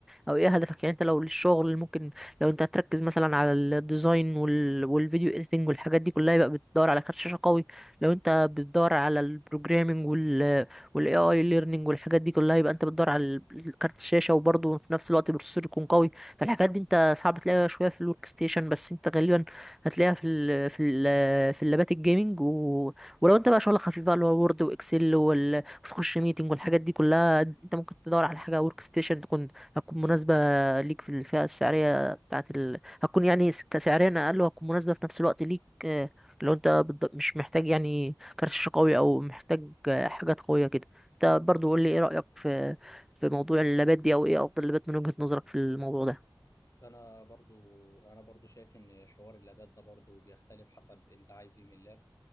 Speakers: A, in the centre; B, on the left (about 45°).
A: او ايه هدفك يعني انت لو للشغل ممكن لو انت هتركز مثلا على الديزاين وال والفيديو اديتنج والحاجات دي كلها يبقى بتدور على كارت شاشة قوي لو انت بتدور على البروجرامينج وال والاي اي ليرنينج والحاجات دي كلها يبقى انت بتدور على ال- كارت الشاشة وبرضه في نفس الوقت بروسيسور يكون قوي فالحاجات دي انت صعب تلاقيها شوية في الورك ستيشن بس انت غالبا هتلاقيها في ال في ال في اللابات الجيمنج و... ولو انت بقى شغل خفيف بقى اللي هو وورد واكسل وتخش ميتنج والحاجات دي كلها انت ممكن تدور على حاجه ورك ستيشن تكون هتكون مناسبه ليك في الفئه السعريه بتاعت ال... هتكون يعني س- كسعريا اقل وهتكون مناسبه في نفس الوقت ليك آه، لو انت بت- مش محتاج يعني كارت شاشه قوي او محتاج آه، حاجات قويه كده انت برضو قول لي ايه رايك في في موضوع اللابات دي او ايه افضل لابات من وجهه نظرك في الموضوع ده
B: انا برضو انا برضو شايف ان حوار اللابات ده برضو بيختلف حسب انت عايز ايه من اللاب